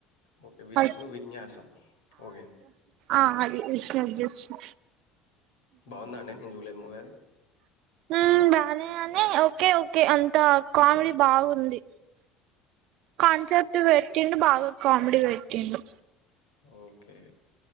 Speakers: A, on the left; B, on the right.
A: ఓకే విష్ణు
B: అ
A: విన్యాసం ఓకే
B: ఆ అ విష్ణష్ణ
A: బాగుందా అండి నేను చూలేదు మవ్వేది
B: ఉమ్ బాగా అనే ఓకే ఓకే అంత కామెడీ బాగుంది కాన్సెప్ట్ వేటిండు బాగా కామెడి పెట్టిండు
A: ఓకే